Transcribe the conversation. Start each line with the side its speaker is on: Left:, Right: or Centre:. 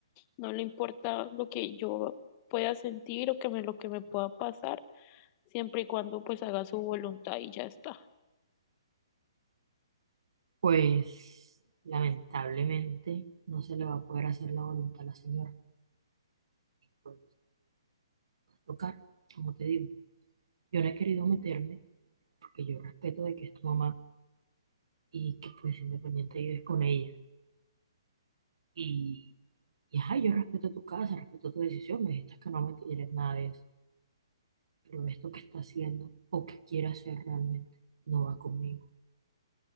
Left: No le importa lo que yo pueda sentir o que me, lo que me pueda pasar, siempre y cuando pues haga su voluntad y ya está.
Right: Pues lamentablemente no se le va a poder hacer la voluntad a la señora. Por tocar, como te digo, yo no he querido meterme porque yo respeto de que es tu mamá y que pues independiente vives con ella. Y, y ajá, yo respeto tu casa, respeto tu decisión, me dijiste que no me quieres nada de eso. Pero esto que está haciendo o que quiere hacer realmente no va conmigo.